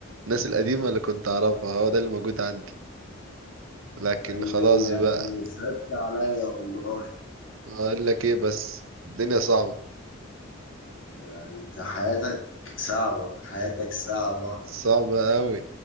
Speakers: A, on the right; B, on the left.
A: الناس القديمة اللي كنت اعرفها هو ده اللي موجود عندي لكن
B: أيوه
A: خلاص
B: يا
A: بقى
B: ابني صدت عليا والله
A: اقول لك ايه بس الدنيا صعبة
B: يعني أنت حياتك صعبة حياتك صعبة
A: صعبة قوي